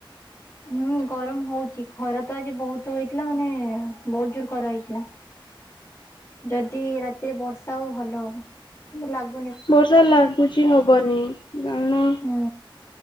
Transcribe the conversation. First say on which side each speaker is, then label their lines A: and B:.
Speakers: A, on the left; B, on the left.
A: ହୁଁ ଗରମ ହୋଉଚି ଖରା ତ ଆଜି ବୋହୁତ ହେଇଥିଲା ମାନେ ବୋହୁତ ଜୋରେ ଖରା ହେଇଥିଲା ଯଦି ରାତିରେ ବର୍ଷା ହୁଏ ଭଲ ହବ କିନ୍ତୁ ଲାଗୁ
B: ବର୍ଷା ଲାଗୁଚି ହବନି କାରଣ
A: ହୁଁ